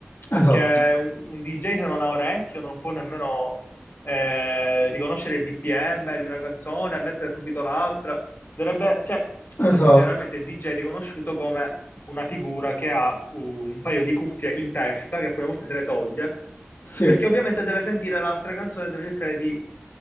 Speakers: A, on the left; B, on the left.
A: perché
B: Esatto,
A: un, un DJ se non ha orecchio non può nemmeno eh, riconoscere il BPM di una canzone e mettere subito l'altra. Dovrebbe, cioè,
B: esatto,
A: infatti, generalmente il DJ è riconosciuto come una figura che ha un un paio di cuffie in testa, che alcune volte se le toglie,
B: sì.
A: perché ovviamente deve sentire l'altra canzone e deve cercare di